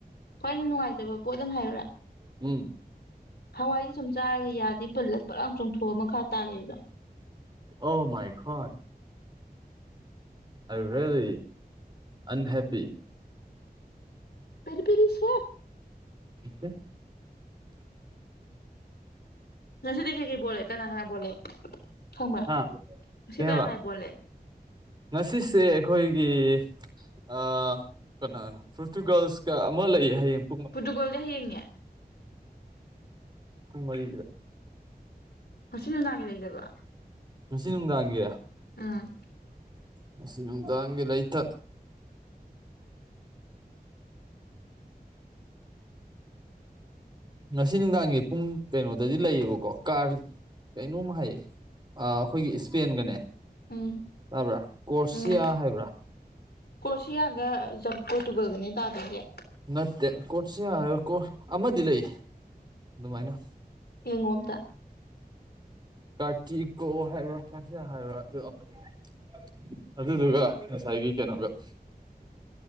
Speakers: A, on the left (about 85°); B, on the right (about 30°).
A: ꯈ꯭ꯋꯥꯏ ꯅꯨꯡꯉꯥꯏꯇꯕ ꯄꯣꯠ ꯑꯃ ꯍꯥꯏꯌꯨꯔꯥ
B: ꯎꯝ
A: ꯍꯋꯥꯏꯖꯦ ꯁꯨꯝ ꯆꯥꯔꯒ ꯌꯥꯗꯩ ꯄꯜꯂ ꯄꯠ ꯂꯥꯎ ꯆꯣꯡꯊꯣꯛꯑ ꯃꯈꯥ ꯇꯥꯒꯤꯕꯗꯣ
B: oh my god I really unhappy
A: very very sad
B: ꯏꯍꯦ
A: ꯉꯁꯤꯗꯤ ꯀꯩ ꯀꯩ ꯕꯣꯜ ꯂꯩ ꯀꯅꯥ ꯀꯅꯥ ꯕꯣꯜ ꯂꯩ ꯈꯪꯕ꯭ꯔ
B: ꯍꯥ
A: ꯉꯁꯤ
B: ꯀꯩ
A: ꯀꯅꯥꯏ
B: ꯍꯥꯏꯕ
A: ꯀꯅꯥꯏ ꯕꯣꯜ ꯂꯩ
B: ꯉꯁꯤꯁꯦ ꯑꯩꯈꯣꯏꯒꯤ ꯑ ꯀꯅꯥꯅꯣ ꯐꯣꯔꯇꯨꯒꯜꯁ ꯀ ꯑꯃ ꯂꯩ ꯍꯥꯏꯌꯦꯡ
A: ꯄꯨꯔꯇꯨꯒꯜꯗꯤ ꯍꯌꯦꯡꯅꯦ
B: ꯄꯨꯡ ꯃꯔꯤꯒꯤꯗ
A: ꯉꯁꯤ ꯅꯨꯡꯗꯥꯡꯒꯤ ꯂꯩꯇꯕ꯭ꯔꯣ
B: ꯉꯁꯤ ꯅꯨꯡꯗꯥꯡꯒꯤ
A: ꯎꯝ
B: ꯉꯁꯤ ꯅꯨꯡꯗꯥꯡꯒꯤ ꯂꯩꯇ ꯉꯁꯤ ꯅꯨꯡꯗꯥꯡꯒꯤ ꯄꯨꯡ ꯀꯩꯅꯣꯗꯗꯤ ꯂꯩꯌꯦꯕꯀꯣ ꯀꯥꯔ ꯀꯩꯅꯣꯝ ꯍꯥꯏꯌꯦ ꯑꯥ ꯑꯩꯈꯣꯏꯒꯤ ꯏꯁꯄꯦꯟꯒꯅꯦ
A: ꯎꯝ
B: ꯇꯥꯕ꯭ꯔ ꯀꯣꯔꯁꯤꯌꯥ
A: ꯎꯝ
B: ꯍꯥꯏꯕ꯭ꯔꯥ
A: ꯀ꯭ꯔꯣꯁꯤꯌꯥꯒ ꯖꯝ ꯄꯣꯔꯇꯨꯒꯜꯒꯅꯦ ꯇꯥꯗꯣꯏꯁꯦ
B: ꯅꯠꯇꯦ ꯀ꯭ꯔꯣꯠꯁꯤꯌꯥ ꯍꯥꯏ ꯀꯣꯠ ꯑꯃꯗꯤ ꯂꯩ ꯑꯗꯨꯃꯥꯏꯅ
A: ꯌꯦꯡꯉꯣ ꯑꯝꯇ
B: ꯀꯥꯔꯇꯤꯀꯣ ꯍꯥꯏꯕ꯭ꯔ ꯀꯥꯔꯇꯤꯑꯥ ꯍꯥꯏꯕ꯭ꯔ ꯑꯃꯗꯤ ꯂꯩ ꯑꯗꯨꯗꯨꯒ ꯉꯁꯥꯏꯒꯤ ꯀꯩꯅꯣꯒ